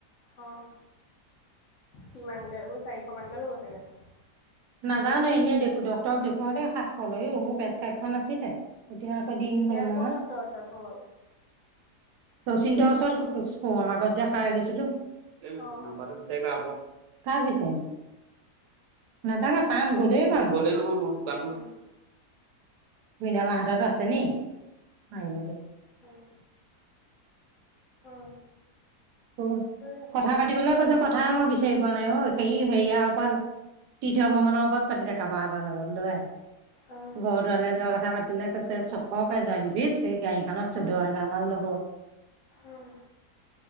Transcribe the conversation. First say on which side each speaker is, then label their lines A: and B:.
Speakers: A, on the left; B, on the right.
A: অঁ। কিমানকে উ চাৰিশ মানকে ল'ব চাগে এটা।
B: নাজানো এনেই ডক্তৰক দেখুৱা দেই সাতশ ল অ মোৰ প্ৰেচক্ৰাইপ্যন আছিল দে এতিয়া। ক দিন হ'ল
A: এয়া
B: ন।
A: ক' ডক্তৰৰ ওচৰত সৌ আৰু
B: <inaudible> শচিন্তৰ ওচৰত আমাৰ ঘত যে খাই গৈছিলো
A: অ',
B: নাম্বাটো
A: অ',
B: বিচাৰিবা আকৌ কাক বিচাৰিম? নথাকা পাম গলেই পাম গ'লে নহয় মই দোকান
A: উম,
B: মনামাহতত আছে নি আহিব দিয়। <unintelligible>
A: উম, উম,
B: ত
A: সেয়া
B: কথা পাতিবলৈ কৈছো কথাই মই বিচাৰি পোৱা নাই অ স সেয়াৰ ওপৰত। তীৰ্থ ভ্ৰমণৰ ওপৰত পাতিলে কাৰোবাৰ এটাৰ লগত লোৱাই।
A: অ',
B: বৰদোৱালৈ যোৱা কথা পাতিলে কৈছে চখকে জইনভছ এই গায়ক। নত চৈধ্য
A: উম,
B: হেজাৰ মান ল'ব।
A: উম,